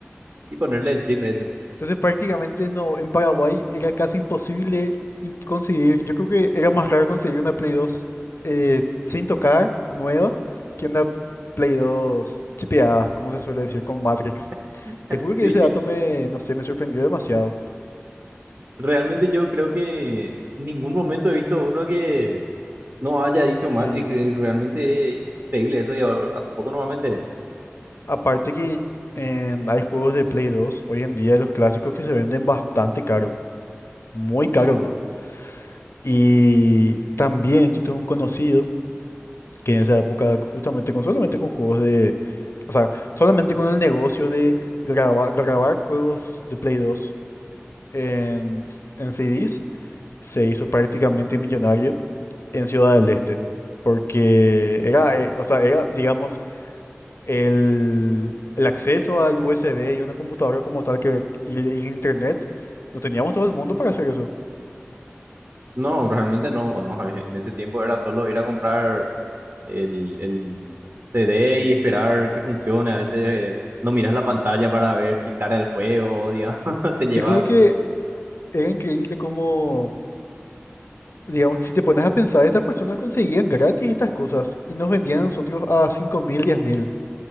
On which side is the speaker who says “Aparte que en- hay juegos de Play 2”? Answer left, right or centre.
Left